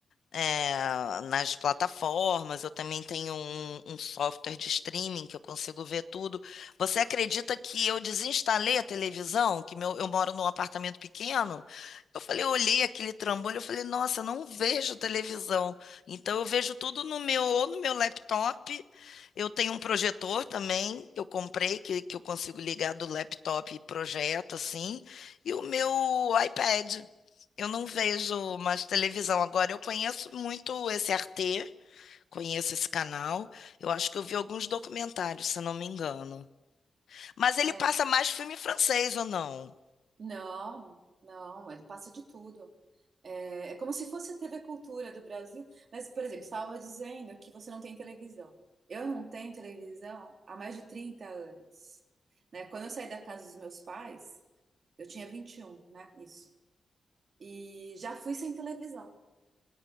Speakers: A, on the left; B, on the right.
A: é, nas plataformas, eu também tenho um, um software de streaming que eu consigo ver tudo. Você acredita que eu desinstalei a televisão? Que meu, eu moro num apartamento pequeno? Eu falei, eu olhei aquele trambolho, eu falei, nossa, eu não vejo televisão. Então eu vejo tudo no meu, ou no meu laptop. Eu tenho um projetor também que eu comprei, que, que eu consigo ligar do laptop e projeto assim, e o meu iPad. Eu não vejo mais televisão agora. Eu conheço muito esse RT, conheço esse canal. Eu acho que eu vi alguns documentários, se não me engano. Mas ele
B: É,
A: passa mais filme francês ou não?
B: não, não, ele passa de tudo. É, é como se fosse a TV Cultura do Brasil. Mas, por exemplo, estava dizendo que você não tem televisão. Eu não tenho televisão há mais de 30 anos, né? Quando eu saí da casa dos meus pais, eu tinha 21 né? Isso. E já fui sem televisão.